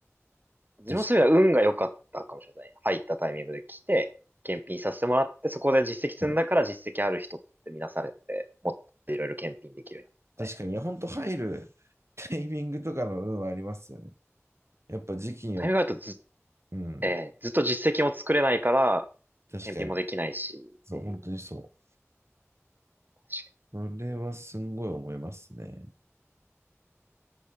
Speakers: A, on the right (about 40°); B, on the right (about 60°).
A: 自分のそういう意味では運が良かったかもしれない。
B: 確
A: 入ったタイミングで来て、検品させてもらって、そこで実績積んだから実績ある人って見なされて、
B: かに。
A: もっといろいろ検品できるようになったみたいな。
B: 確かに、いや本当入るタイミングとかの運はありますよね。やっぱ時期には
A: タイミングがあるとず、
B: うん、
A: えーずっと実績も作れないから、
B: 確かに。
A: 検品もできないし、っていう。
B: そう、本当にそう。
A: 確か
B: それはすんごい思いますね。